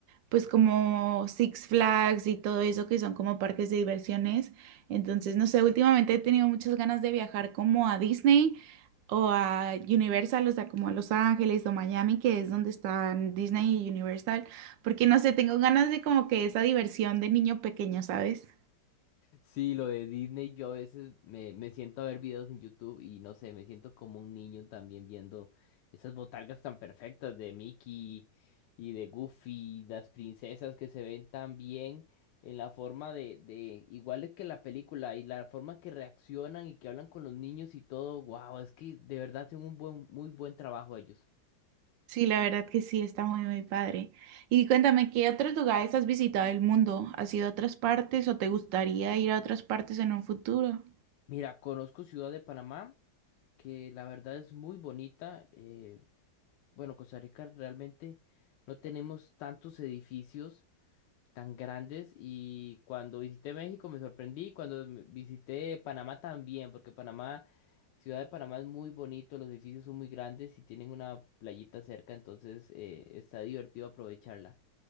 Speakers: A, on the right; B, on the left.
A: pues como Six Flags y todo eso que son como parques de diversiones, entonces, no sé, últimamente he tenido muchas ganas de viajar como a Disney o a Universal, o sea, como a Los Ángeles o Miami, que es donde están Disney y Universal, porque no sé, tengo ganas de como que esa diversión de niño pequeño, ¿sabes?
B: Sí, lo de Disney, yo a veces me, me siento a ver videos en YouTube y no sé, me siento como un niño también viendo esas botargas tan perfectas de Mickey y de Goofy, las princesas que se ven tan bien en la forma de, de iguales que la película y la forma que reaccionan y que hablan con los niños y todo, wow, es que de verdad hacen un buen, muy buen trabajo ellos.
A: Sí, la verdad que sí, está muy, muy padre. Y cuéntame, ¿qué otros lugares has visitado del mundo? ¿Has ido a otras partes o te gustaría ir a otras partes en un futuro?
B: Mira, conozco Ciudad de Panamá, que la verdad es muy bonita. eh, Bueno, Costa Rica realmente no tenemos tantos edificios tan grandes y cuando visité México me sorprendí, cuando me- visité Panamá también, porque Panamá, Ciudad de Panamá es muy bonito, los edificios son muy grandes y tienen una playita cerca, entonces eh, está divertido aprovecharla.